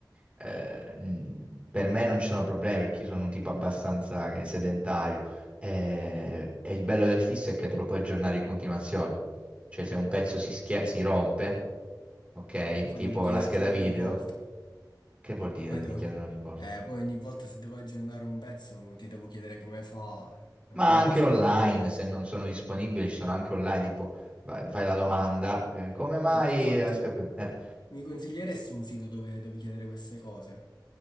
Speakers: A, on the right; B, on the left.
A: eh, mh, per me non ci sono problemi perché io sono un tipo abbastanza che- sedentario. Eh, e il bello del fisso è che te lo puoi aggiornare in continuazione. Cioè, se un pezzo si, schia- si rompe, ok,
B: Eh, poi
A: tipo
B: devo chiedertelo
A: la scheda video,
B: ogni volta.
A: che vuol dire?
B: Poi,
A: Devi
B: devo-
A: chiedere ogni volta.
B: eh, poi ogni volta se devo aggiornare un pezzo ti devo chiedere come fa, è un
A: Ma
B: buon
A: anche
B: casino.
A: online, se non sono disponibili, ci sono anche online, tipo vai- fai la domanda, eh, come mai?
B: Eh, ma infatti
A: la sca- eh,
B: mi consiglieresti un sito dove, dove chiedere queste cose?